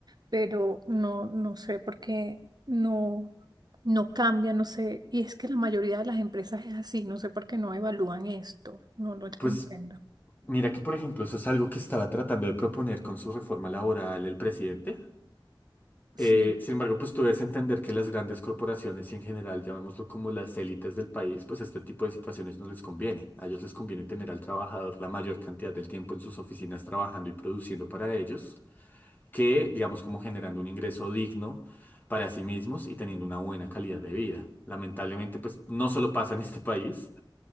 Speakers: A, on the right; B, on the left.
A: pero no, no sé por qué no, no cambia, no sé. Y es que la mayoría de las empresas es así, no sé por qué no evalúan esto, no lo
B: Pues
A: comprendo.
B: mira que, por ejemplo, eso es algo que estaba tratando de proponer con su reforma laboral el presidente.
A: Sí.
B: Eh, sin embargo, pues tú debes entender que las grandes corporaciones y en general, llamémoslo como las élites del país, pues este tipo de situaciones no les conviene. A ellos les conviene tener al trabajador la mayor cantidad del tiempo en sus oficinas trabajando y produciendo para ellos, que digamos como generando un ingreso digno para sí mismos y teniendo una buena calidad de vida. Lamentablemente, pues no solo pasa en este país,